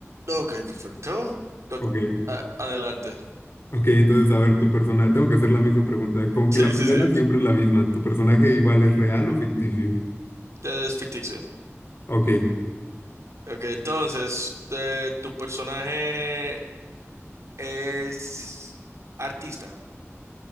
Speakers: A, on the right; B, on the left.
A: Ok, perfecto. Con-
B: Ok,
A: a- adelante.
B: ok, entonces, a ver, tu personaje, tengo que hacer la misma pregunta, como
A: Sí,
B: que la primera
A: sí, sí.
B: siempre es la misma, ¿tu personaje igual es real o ficticio?
A: Ya es ficticio.
B: Ok,
A: Ok, entonces, eh, ¿tu personaje es artista?